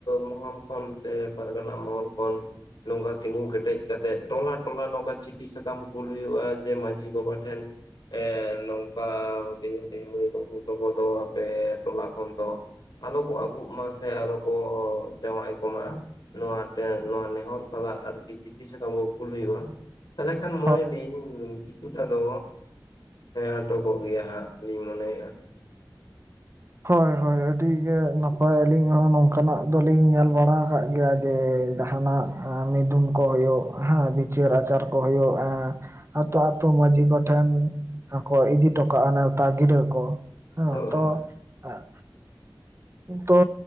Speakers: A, on the left; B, on the right.
A: ᱢᱚᱦᱚᱞ ᱠᱷᱚᱱ ᱥᱮ ᱯᱟᱨᱜᱟᱱᱟ ᱢᱚᱦᱚᱞ ᱠᱷᱚᱱ ᱱᱚᱝᱠᱟ ᱛᱤᱸᱜᱩ ᱠᱮᱴᱮᱡ ᱠᱟᱛᱮᱜ ᱴᱚᱞᱟ ᱴᱚᱞᱟ ᱱᱚᱝᱠᱟ ᱪᱤᱴᱷᱤ ᱥᱟᱠᱟᱢ ᱠᱩᱞ ᱦᱩᱭᱩᱜᱼᱟ ᱡᱮ ᱢᱟᱺᱡᱷᱤ ᱵᱟᱵᱟ ᱴᱷᱮᱱ ᱮᱸ ᱱᱚᱝᱠᱟ ᱦᱩᱰᱤᱧ ᱦᱩᱰᱩᱧ ᱢᱟ. ᱭ ᱵᱟᱵᱩ ᱵᱟᱵᱩ ᱛᱟᱠᱚ ᱫᱚ ᱟᱯᱮ ᱴᱚᱞᱟ ᱠᱷᱚᱱ ᱫᱚ ᱟᱞᱚ ᱠᱚ ᱟᱹᱜᱩᱜ ᱢᱟ ᱥᱮ ᱟᱞᱚ ᱠᱚ ᱡᱟᱶᱟᱭ ᱠᱚᱢᱟ ᱱᱚᱣᱟ ᱛᱮ ᱱᱚᱣᱟ ᱱᱮᱦᱚᱨ ᱥᱟᱞᱟᱜ ᱟᱨᱠᱤ ᱪᱤᱴᱷᱤ ᱥᱟᱠᱟᱢ ᱠᱚ ᱠᱩᱞ ᱦᱩᱭᱩᱜᱼᱟ ᱛᱟᱦᱚᱞᱮ ᱠᱷᱟᱱ ᱢᱚᱱᱮᱫᱤᱧ
B: ᱦᱳᱭ
A: ᱠᱤᱪᱷᱩᱴᱟᱜ ᱫᱚ ᱦᱮᱸ ᱟᱴᱚᱠᱚᱜ ᱜᱮᱭᱟ ᱦᱟᱸᱜ ᱞᱤᱧ ᱢᱚᱱᱮᱭᱮᱜᱼᱟ
B: ᱦᱳᱭ ᱦᱳᱭ ᱟᱹᱰᱤᱜᱮ ᱱᱟᱯᱟᱭ ᱟᱹᱞᱤᱧ ᱦᱚᱸ ᱱᱚᱝᱠᱟᱱᱟᱜ ᱫᱚᱞᱤᱧ ᱧᱮᱞ ᱜᱟᱞᱡᱨᱟᱣ ᱟᱠᱟᱫ ᱜᱮᱭᱟ ᱡᱮ ᱡᱟᱦᱟᱱᱟᱜ ᱢᱤᱫᱩᱱ ᱠᱚ ᱦᱩᱭᱩᱜ ᱦᱮᱸ ᱵᱤᱪᱟᱹᱨ ᱟᱪᱟᱨ ᱦᱩᱭᱩᱜᱼᱟ ᱟᱹᱛᱳ ᱟᱹᱛᱳ ᱢᱟᱺᱡᱷᱤ ᱠᱚᱴᱷᱮᱱ ᱠᱚ ᱤᱫᱤ ᱦᱚᱴᱚ ᱠᱟᱜᱼᱟ ᱱᱮᱣᱛᱟ ᱜᱤᱨᱟᱹ ᱠᱚ ᱦᱮᱸ
A: ᱦᱳᱭ
B: ᱛᱚ
A: ᱦᱳᱭ
B: ᱟᱸ ᱛᱚ